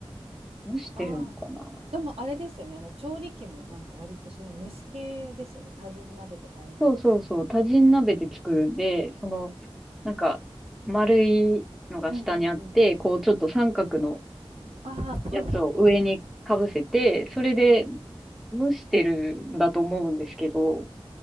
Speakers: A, in the centre; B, on the right (about 80°).
A: 蒸してるのかな。
B: ああ、でもあれですよね。あの、調理器もなんか割とそういう蒸し系ですよね。多人鍋とかああいうのも。
A: そうそうそう、多人鍋で作るんで、その、なんか、丸いのが下にあって、
B: うんうんうん。
A: こう、ちょっと三角の
B: ああ、
A: やつを上にかぶせて、
B: うんうんうん。
A: それで蒸してるんだと思うんですけど、